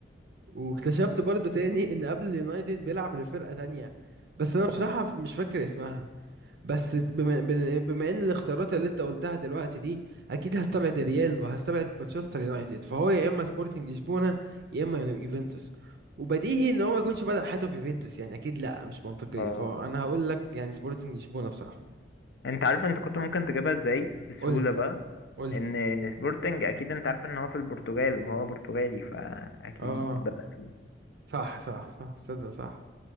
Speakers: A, on the right (about 60°); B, on the left (about 70°).
A: واكتشفت برضو تاني ان قبل اليونايتد بيلعب لفرقة تانية بس انا بصراحة مش فاكر اسمها بس بما بن- بما ان الاختيارات اللي انت قلتها دلوقتي دي اكيد هستبعد الريال وهستبعد مانشستر يونايتد فهو يا اما سبورتنج لشبونه يا اما يوفنتوس وبديهي ان هو ما يكونش بدأ حياته في يوفنتوس يعني اكيد لا مش منطقيه
B: اه
A: فانا هقول لك يعني سبورتنج لشبونه بصراحه
B: انت عارف انت كنت ممكن تجيبها ازاي بسهولة
A: قول لي
B: بقى
A: قول
B: ان
A: لي
B: سبورتنج اكيد انت عارف ان هو في البرتغال وهو برتغالي فاكيد
A: اه
B: بدأ فيه
A: صح صح صح صدق صح